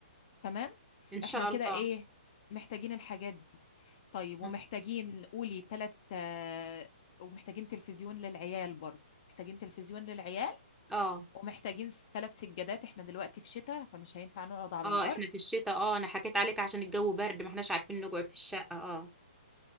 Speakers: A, on the left (about 40°); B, in the centre.
A: تمام
B: ان شاء
A: احنا كده
B: الله
A: ايه محتاجين الحاجات دي طيب
B: مم.
A: ومحتاجين قولي تلت آه، ومحتاجين تلفزيون للعيال برضو محتاجين تلفزيون للعيال
B: اه
A: ومحتاجين ثلاث سجادات احنا دلوقتي في شتاء فمش هينفع نقعد على
B: اه
A: الارض
B: احنا في الشتاء اه انا حكيت عليك عشان الجو برد ما احناش عارفين نقعد في الشقة اه